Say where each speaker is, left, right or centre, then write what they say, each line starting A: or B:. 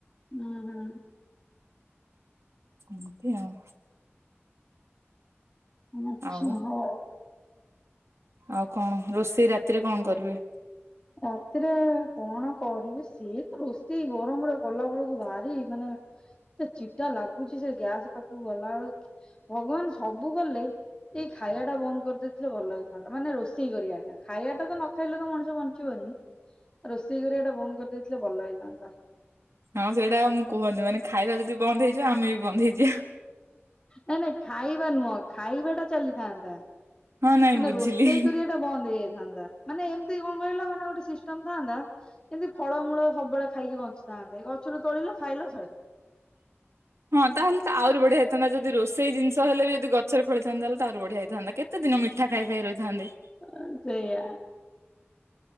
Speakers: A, on the left; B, on the right.
A: ହୁଁ ହୁଁ।
B: ଏମିତି ଆଉ।
A: ହଁ ଆଚ୍ଛା
B: ଆଉ
A: ହଉ।
B: ଆଉ କଣ ରୋଷେଇ ରାତିରେ କଣ କରିବେ?
A: ରାତିରେ କଣ କରିବି ସେଇ ତ ରୋଷେଇ ଗରମରେ କଲା ବେଳକୁ ଭାରି ମାନେ ଏତେ ଚିଡା ଲାଗୁଚି। ସେ ଗ୍ୟାସ ପାଖକୁ ଗଲାବେଳକୁ ଭଗବାନ ସବୁ କଲେ ଏଇ ଖାଇବା ଟା ବନ୍ଦ କରିଦେଇଥିଲେ ଭଲ ହେଇଥାନ୍ତା। ମାନେ ରୋଷେଇ କରିବାଟା ଖାଇବା ଟା ତ ନ ଖାଇଲେ ତ ମଣିଷ ବ ଞ୍ଚିବନି। ରୋଷେଇ କରିବାଟା ବନ୍ଦ କରିଦେଇଥିଲେ ଭଲ ହେଇଥାନ୍ତା।
B: ହଁ ସେଇଟା ମୁଁ କୁହନି, ମାନେ ଖାଇବା ଯଦି ବନ୍ଦ ହେଇଯିବ ଆମେ ବି ବନ୍ଦ ହେଇଯିବା।
A: ନା ନାଇଁ ଖାଇବା ନୁହଁ ଖାଇବା ଟା ଚାଲିଥାନ୍ତା।
B: ହଁ ନାଇଁ
A: ମାନେ
B: ବୁଝିଲି।
A: ରୋଷେଇ କରିବାଟା ବନ୍ଦ ହେଇଯାଇଥାନ୍ତା। ମାନେ ଏମିତି କଣ କହିଲ ମାନେ ଗୋଟେ ସିଷ୍ଟମ ଥାନ୍ତା। ଏମିତି ଫଳମୂଳ ସବୁବେଳେ ଖାଇକି ବଞ୍ଚିଥାନ୍ତେ। ଗଛରୁ ତୋଳିଲ ଖାଇଲ ସଇଲା।
B: ହଁ ତାହେଲେ ତ ଆହୁରି ବଢିଆ ହେଇଥାନ୍ତା। ଯଦି ରୋଷେଇ ଜିନିଷ ହେଲେ ବି ଯଦି ଗ ଛରେ ଫଳିଥାନ୍ତା ତାହେଲେ ତ ଆହୁରି ବଢିଆ ହେଇଥାନ୍ତା। କେତେ ଦିନ ମିଠା ଖାଇ ଖାଇ ରହିଥାନ୍ତେ।
A: ଅ ସେଇଆ।